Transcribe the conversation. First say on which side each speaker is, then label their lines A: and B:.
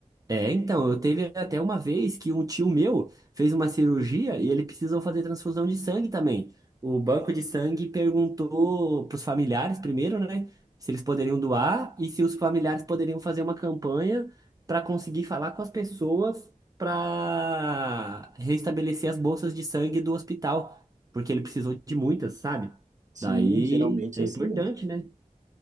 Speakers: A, on the right; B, on the right.
A: É, então, eu teve até uma vez que um tio meu fez uma cirurgia e ele precisou fazer transfusão de sangue também. O banco de sangue perguntou pros familiares primeiro, né, se eles poderiam doar e se os familiares poderiam fazer uma campanha para conseguir falar com as pessoas para restabelecer as bolsas de sangue do hospital, porque ele precisou de muitas, sabe?
B: Sim,
A: Daí
B: geralmente
A: é
B: é assim
A: importante,
B: mesmo.
A: né?